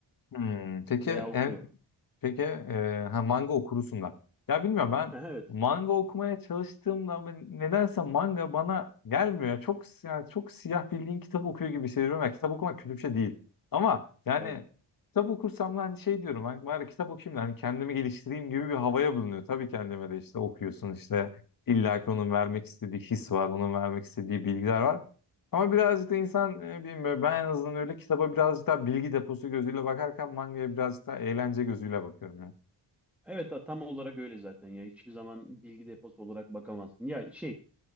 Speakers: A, on the left; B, in the centre.
A: Hmm. Peki
B: veya okuyorum.
A: yani Peki e, ha, manga okurusun da. Ya bilmiyorum ben
B: <laughs>
A: manga
B: Evet.
A: okumaya çalıştığımda ben- nedense manga bana gelmiyor. Çok yani çok siyah bildiğin kitap okuyor gibi hissediyorum. Ya, kitap okumak kötü bir şey değil. Ama yani
B: Evet.
A: kitap okursam da hani şey diyorum hani bari kitap okuyayım da hani kendimi geliştireyim gibi bir havaya bulunuyor. Tabii kendime de işte okuyorsun işte illa ki onun vermek istediği his var, onun vermek istediği bilgiler var. Ama birazcık da insan e, bilmiyorum ben en azından öyle kitaba birazcık daha bilgi deposu gözüyle bakarken mangaya birazcık daha eğlence gözüyle bakıyorum ya.
B: Evet ta- tam olarak öyle zaten ya. Hiçbir zaman bilgi deposu olarak bakamazsın. Ya şey,